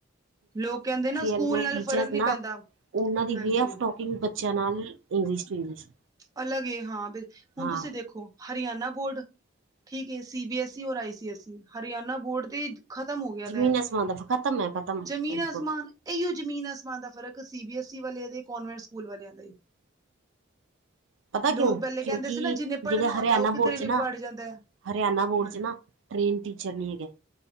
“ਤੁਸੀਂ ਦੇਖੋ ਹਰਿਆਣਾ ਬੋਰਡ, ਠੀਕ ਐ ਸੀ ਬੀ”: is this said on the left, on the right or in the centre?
Right